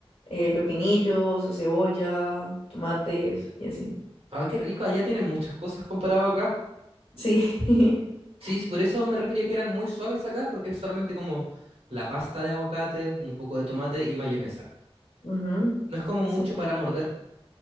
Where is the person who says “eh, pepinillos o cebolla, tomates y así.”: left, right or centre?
Left